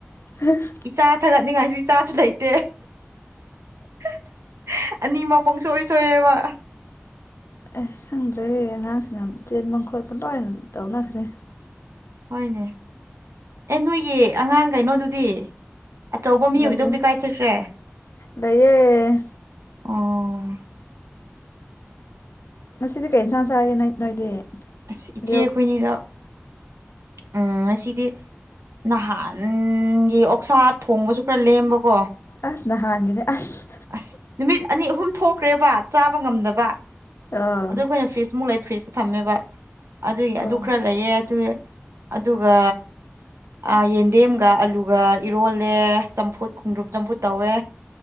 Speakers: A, on the left; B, on the right.
A: <unintelligible>
B: ꯏꯆꯥ ꯊꯥꯒꯠꯅꯤꯡꯉꯥꯏꯁꯨ ꯏꯆꯥꯁꯨ ꯂꯩꯇꯦ <unintelligible> ꯑꯅꯤꯃꯛ ꯄꯨꯡꯁꯣꯏ ꯁꯣꯏꯔꯦꯕ꯫
A: ꯑꯦ ꯈꯪꯗ꯭ꯔꯦ ꯑꯉꯥꯡꯁꯤꯅ ꯆꯦꯟꯕ ꯈꯣꯠꯄ ꯂꯣꯏꯅ ꯇꯧꯅꯈ꯭ꯔꯦ꯫
B: ꯍꯣꯏꯅꯦ ꯑꯦ ꯅꯣꯏꯒꯤ ꯑꯉꯥꯡ ꯀꯩꯅꯣꯗꯨꯗꯤ꯫ ꯑꯆꯧꯕ ꯃꯤ ꯑꯣꯏꯒꯗꯧꯕꯗꯤ
A: ꯂꯩꯌꯦ
B: ꯀꯥꯏ ꯆꯠꯈ꯭ꯔꯦ
A: ꯂꯩꯌꯦ
B: ꯑꯣ꯫
A: ꯉꯁꯤꯗꯤ ꯀꯩ ꯌꯦꯟꯁꯥꯡ ꯆꯥꯒꯦ ꯅꯪ ꯅꯣꯏꯗꯤ꯫
B: ꯑꯁ ꯏꯆꯦ
A: ꯂꯣꯛ
B: ꯑꯩꯈꯣꯏꯅꯤꯗꫭ ꯎ ꯉꯁꯤꯗꯤ꯫ ꯅꯍꯥꯟꯒꯤ ꯑꯣꯛꯁꯥ ꯊꯣꯡꯕꯁꯨ ꯈꯔ ꯂꯦꯝꯕꯀꯣ꯫
A: ꯑꯁ ꯅꯍꯥꯟꯒꯤꯅꯦ ꯑꯁ꯫
B: ꯑꯁ ꯅꯨꯃꯤꯠ ꯑꯅꯤ ꯑꯍꯨꯝ ꯊꯣꯛꯈ꯭ꯔꯦꯕ ꯆꯥꯕ ꯉꯝꯗꯕ꯫
A: ꯑꯥ
B: ꯑꯗꯨ ꯑꯈꯣꯏꯅ ꯐ꯭ꯔꯤꯖꯃꯨꯛ ꯂꯩ ꯐ꯭ꯔꯤꯖꯇ ꯊꯝꯃꯦꯕ ꯑꯗꯨꯒꯤ ꯑꯗꯨ
A: ꯑꯣ
B: ꯈꯔ ꯂꯩꯌꯦ ꯑꯗꯨ ꯑꯗꯨꯒ ꯑ ꯌꯦꯟꯗꯦꯝꯒ ꯑꯂꯨꯒ ꯏꯔꯣꯜꯂꯦ ꯆꯝꯐꯨꯠ ꯈꯣꯡꯗ꯭ꯔꯨꯨꯞ ꯆꯝꯐꯨꯠ ꯇꯧꯋꯦ꯫